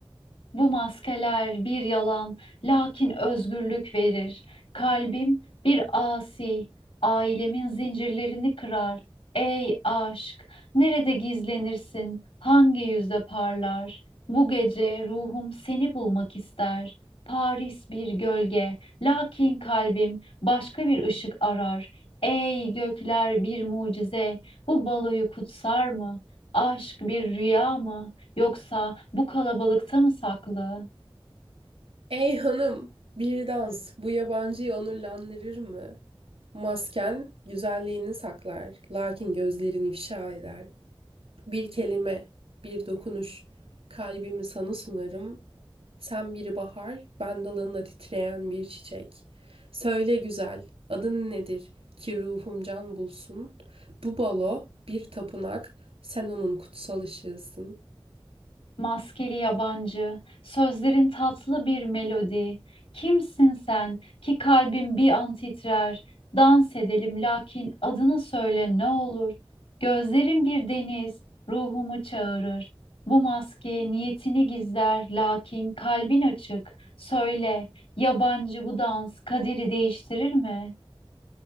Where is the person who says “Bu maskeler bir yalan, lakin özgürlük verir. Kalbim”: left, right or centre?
Left